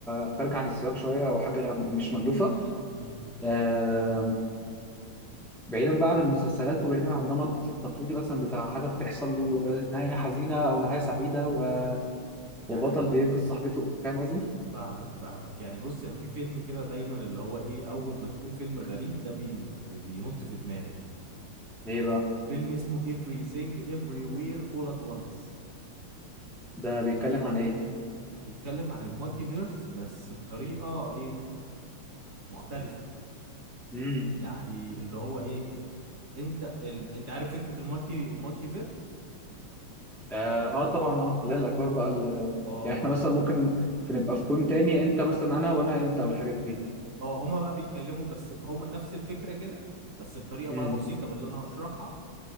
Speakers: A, in the centre; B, on the right (about 45°).
A: خارجه عن السياق شويه او حاجه مش مألوفه
B: امم
A: آه... بعيدا بقى عن المسلسلات وبعيدا عن النمط التقليدي مثلا بتاع حاجه بتحصل له آه، نهايه حزينه او نهايه سعيده و- آه، وبطل
B: يعني
A: بينقذ صاحبته فاهم قصدي؟
B: فاهمك فاهمك يعني بص أنا في فيلم كده دايما اللي هو إيه أول ما تقول فيلم غريب ده بين... بينط في دماغي
A: ايه بقى؟
B: فيلم اسمه Everything Everywhere All at Once
A: ده بيتكلم عن ايه؟
B: بيتكلم عن المالتيفيرس بس بطريقة إيه مختلفة
A: امم
B: يعني اللي هو ايه انت ال... انت عارف فكرة المالتي المالتي فيرس
A: اه آه طبعا اه لا الاكوان بقى ال-
B: اه
A: يعني احنا مثلا ممكن في نبقى في كون تاني انت مثلا انا وانا انت والحاجات دي
B: اه هما بقى بيتكلموا بس ب- هما نفس الفكرة كده بس بطريقة
A: امم
B: بقى بسيطة باللي انا هشرحها